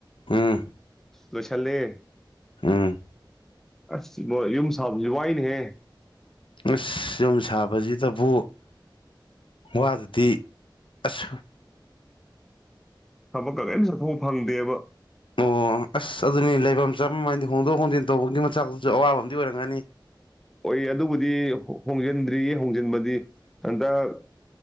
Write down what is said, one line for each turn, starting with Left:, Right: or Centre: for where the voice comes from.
Left: ꯎꯝ
Centre: ꯂꯣꯏꯁꯤꯜꯂꯦ꯫
Left: ꯎꯝ
Centre: ꯑꯁ ꯏꯕꯣ ꯌꯨꯝ ꯁꯥꯕꯁꯤ ꯋꯥꯏꯅꯦꯍꯦ꯫
Left: ꯑꯁ ꯌꯨꯝ ꯁꯥꯕꯁꯤ ꯑꯗꯕꯨ ꯋꯥꯗꯗꯤ ꯑꯁ
Centre: ꯊꯕꯛꯀ ꯀꯔꯤꯝ ꯆꯠꯊꯣꯛꯄ ꯐꯪꯗꯦꯕ꯫
Left: ꯑꯣ ꯑꯁ ꯑꯗꯨꯅꯤ ꯂꯩꯐꯝ ꯆꯥꯐꯝ ꯍꯥꯏꯗꯤ ꯍꯣꯡꯗꯣꯛ ꯍꯣꯡꯖꯤꯟ ꯇꯧꯕꯒꯤ ꯃꯆꯥꯛꯇꯨꯁꯨ ꯑꯋꯥꯕ ꯑꯃꯗꯤ ꯑꯣꯏꯔꯝꯒꯅꯤ꯫
Centre: ꯑꯣꯏ ꯑꯗꯨꯕꯨꯗꯤ ꯍꯣꯡꯖꯤꯟꯗ꯭ꯔꯤꯌꯦ꯫ ꯍꯣꯡꯖꯤꯟꯕꯗꯤ ꯍꯟꯗꯛ